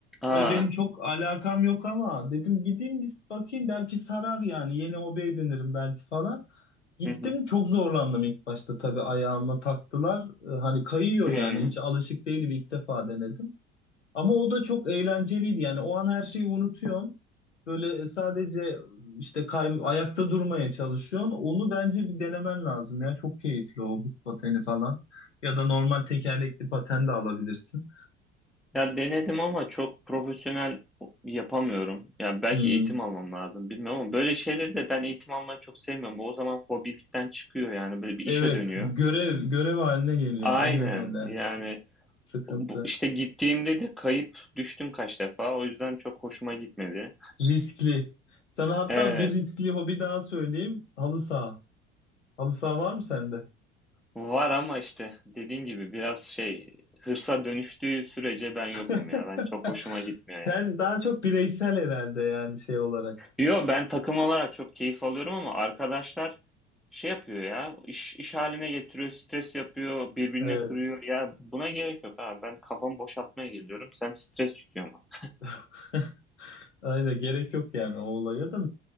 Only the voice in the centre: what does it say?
Aa,
hı hı.
Hmm.
Ya denedim ama çok profesyonel yapamıyorum. Yani belki
eğitim almam lazım, bilmiyorum ama böyle şeyleri de ben eğitim almayı çok sevmiyorum. O zaman hobilikten çıkıyor yani böyle bir
işe dönüyor.
Aynen
yani
Bu, işte gittiğimde de kayıp düştüm kaç defa. O yüzden çok hoşuma gitmedi.
Evet,
var ama işte dediğim gibi biraz şey hırsa dönüştüğü sürece ben
yokum ya. Ben çok hoşuma gitmiyor
yani.
Yo ben takım olarak çok keyif alıyorum ama arkadaşlar şey yapıyor ya iş, iş haline getiriyor, stres yapıyor, birbirine
kırıyor. Ya buna gerek yok ha. Ben kafamı boşaltmaya geliyorum. Sen stres yüklüyorsun bana.